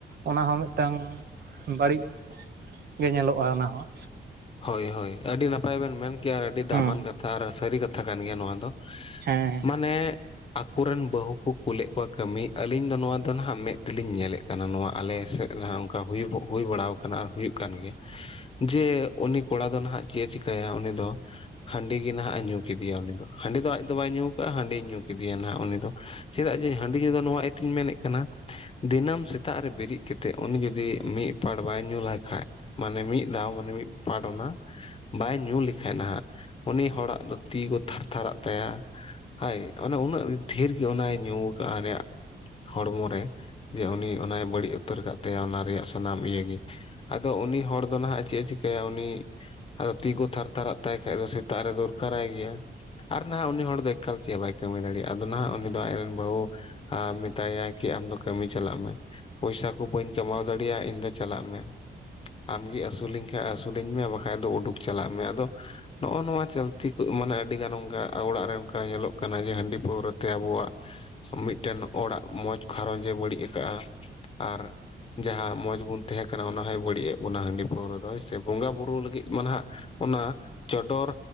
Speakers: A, on the right; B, on the left.
A: ᱚᱱᱟ ᱦᱚᱸ ᱢᱤᱫᱴᱟᱝ ᱵᱟᱹᱲᱤᱡ ᱜᱮ ᱧᱮᱞᱚᱜᱼᱟ ᱚᱱᱟ ᱦᱚᱸ
B: ᱦᱳᱭ ᱦᱳᱭ ᱟᱹᱰᱤ ᱱᱟᱯᱟᱭ ᱵᱮᱱ ᱢᱮᱱ ᱠᱮᱭᱟ ᱟᱨ ᱟᱹᱰᱤ
A: ᱦᱮᱸ
B: ᱫᱟᱢᱟᱱ ᱠᱟᱛᱷᱟ ᱟᱨ ᱥᱟᱹᱨᱤ ᱠᱟᱛᱷᱟ ᱠᱟᱱ ᱜᱮᱭᱟ ᱱᱚᱣᱟ ᱫᱚ ᱾
A: ᱦᱮᱸ ᱦᱮᱸ
B: ᱢᱟᱱᱮ ᱟᱠᱚᱨᱮᱱ ᱵᱟᱹᱦᱩ ᱠᱚ ᱠᱩᱞᱮᱫ ᱠᱚᱣᱟ ᱠᱟᱹᱢᱤ ᱟᱹᱞᱤᱧ ᱫᱚ ᱱᱚᱣᱟ ᱫᱚ ᱱᱟᱦᱟᱜ ᱢᱮᱫ ᱛᱮᱞᱤᱧ ᱧᱮᱞᱮᱫ ᱠᱟᱱᱟ ᱱᱚᱣᱟ ᱟᱞᱮ ᱥᱮᱫ ᱨᱮ ᱚᱱᱠᱟ ᱦᱩᱭᱩ ᱜᱚᱜ ᱦᱩᱭ ᱵᱟᱲᱟᱣ ᱠᱟᱱᱟ ᱟᱨ ᱦᱩᱭᱩᱜ ᱠᱟᱱ ᱜᱮᱭᱟ ᱡᱮ ᱩᱱᱤ ᱠᱚᱲᱟ ᱫᱚ ᱱᱟᱦᱟᱜ ᱪᱮᱫ ᱮ ᱪᱤᱠᱟᱹᱭᱟ ᱩᱱᱤ ᱫᱚ ᱦᱟᱺᱰᱤ ᱜᱮ ᱱᱟᱦᱟᱜ ᱮ ᱧᱩ ᱠᱮᱫᱮᱭᱟ ᱩᱱᱤ ᱫᱚ, ᱦᱟᱺᱰᱤ ᱫᱚ ᱟᱡ ᱫᱚ ᱵᱟᱭ ᱧᱩ ᱠᱟᱜᱼᱟ ᱦᱟᱺᱰᱤ ᱧᱩ ᱠᱮᱫᱮᱭᱟ ᱱᱟᱦᱟᱜ ᱩᱱᱤ ᱫᱚ ᱾ ᱪᱮᱫᱟᱜ ᱡᱮ ᱦᱟᱺᱰᱤ ᱜᱮᱛᱚ ᱱᱚᱣᱟ ᱤᱭᱟᱹᱛᱤᱧ ᱢᱮᱱᱮᱫ ᱠᱟᱱᱟ ᱫᱤᱱᱟᱹᱢ ᱥᱮᱛᱟᱜ ᱨᱮ ᱵᱮᱨᱤᱜ ᱠᱟᱛᱮᱜ ᱩᱱᱤ ᱡᱩᱫᱤ ᱢᱤᱫ ᱯᱟᱲ ᱵᱟᱭ ᱧᱩ ᱞᱟᱭ ᱠᱷᱟᱡ ᱢᱟᱱᱮ ᱢᱤᱫ ᱫᱷᱟᱣ ᱢᱟᱱᱮ ᱢᱤᱫ ᱯᱟᱴ ᱚᱱᱟ ᱵᱟᱭ ᱧᱩ ᱞᱮᱠᱷᱟᱡ ᱱᱟᱦᱟᱸᱜ ᱩᱱᱤ ᱦᱚᱲᱟᱜ ᱫᱚ ᱛᱤ ᱠᱚ ᱛᱷᱟᱨ ᱛᱷᱟᱨᱟᱜ ᱛᱟᱭᱟ ᱦᱳᱭ ᱚᱱᱮ ᱩᱱᱟᱹᱜ ᱰᱷᱮᱨ ᱜᱮ ᱚᱱᱟᱭ ᱧᱩ ᱠᱟᱜᱼᱟ ᱚᱱᱮ ᱦᱚᱲᱢᱚ ᱨᱮ ᱡᱮ ᱩᱱᱤ ᱚᱱᱟᱭ ᱵᱟᱹᱲᱤᱡ ᱩᱛᱟᱹᱨ ᱠᱟᱜ ᱛᱟᱭᱟ ᱚᱱᱟ ᱨᱮᱭᱟᱜ ᱥᱟᱱᱟᱢ ᱤᱭᱟᱹᱜᱤ ᱾ ᱟᱫᱚ ᱩᱱᱤ ᱦᱚᱲ ᱫᱚ ᱱᱟᱦᱟᱜ ᱪᱮᱫ ᱮ ᱪᱤᱠᱟᱹᱭᱟ ᱩᱱᱤ᱾ ᱟᱫᱚ ᱛᱤ ᱠᱚ ᱛᱷᱟᱨ ᱛᱷᱟᱨᱟᱜ ᱛᱟᱭ ᱠᱷᱟᱡ ᱫᱚ ᱥᱮᱛᱟᱜ ᱨᱮ ᱫᱚᱨᱠᱟᱨᱟᱭ ᱜᱮᱭᱟ᱾ ᱟᱨ ᱱᱟᱦᱟᱜ ᱩᱱᱤ ᱦᱚᱲ ᱫᱚ ᱮᱠᱟᱞ ᱪᱮᱫ ᱦᱚ ᱵᱟᱭ ᱠᱟᱹᱢᱤ ᱫᱟᱲᱮᱭᱟᱜᱼᱟ ᱟᱫᱚ ᱱᱟᱦᱟᱜ ᱩᱱᱤ ᱫᱚ ᱟᱡᱨᱮᱱ ᱵᱟᱹᱦᱩ, ᱟᱨ ᱢᱮᱛᱟᱭᱟ ᱠᱤ ᱟᱢ ᱫᱚ ᱠᱟᱹᱢᱤ ᱪᱟᱞᱟᱜ ᱢᱮ? ᱯᱚᱭᱥᱟ ᱠᱚ ᱵᱟᱹᱧ ᱠᱟᱢᱟᱣ ᱫᱟᱲᱤᱭᱟᱜᱼᱟ ᱤᱧ ᱫᱚ ᱪᱟᱞᱟᱜ ᱢᱮ ᱟᱢᱜᱮ ᱟᱹᱥᱩᱞᱤᱧ ᱜᱮ ᱟᱹᱥᱩᱞ ᱤᱧ ᱢᱮ ᱵᱟᱠᱟᱡ ᱫᱚ ᱩᱰᱩᱠ ᱪᱟᱞᱟᱜ ᱢᱮ ᱟᱫᱚ, ᱱᱚᱜᱼᱚ ᱱᱚᱣᱟ ᱪᱚᱞᱛᱤ ᱠᱚ ᱢᱟᱱᱮ ᱟᱹᱰᱤᱜᱟᱱ ᱚᱱᱠᱟ ᱚᱲᱟᱜ ᱨᱮ ᱚᱱᱠᱟ ᱧᱮᱞᱚᱜ ᱠᱟᱱᱟ ᱡᱮ ᱦᱟᱺᱰᱤ ᱯᱟᱹᱣᱨᱟᱹᱛᱮ ᱟᱵᱚᱣᱟᱜ᱾ ᱢᱤᱫᱴᱮᱱ ᱚᱲᱟᱜ ᱢᱚᱸᱡᱽ ᱜᱷᱟᱨᱚᱸᱡᱽ ᱮ ᱵᱟᱹᱲᱤᱡ ᱠᱟᱜᱼᱟ᱾ ᱟᱨ ᱡᱟᱦᱟᱸ ᱢᱚᱸᱡᱽ ᱵᱚᱱ ᱛᱟᱦᱮᱸ ᱠᱟᱱᱟ ᱚᱱᱟᱦᱚᱭ ᱵᱟᱹᱲᱤᱡ ᱮᱫ ᱵᱚᱱᱟ ᱦᱟᱺᱰᱤ ᱯᱟᱹᱣᱨᱟᱹ ᱫᱚ᱾ ᱥᱮ ᱵᱚᱸᱜᱟ ᱵᱩᱨᱩ ᱞᱟᱹᱜᱤᱫ ᱢᱟ ᱱᱟᱦᱟᱜ ᱚᱱᱟ ᱪᱚᱰᱚᱨ,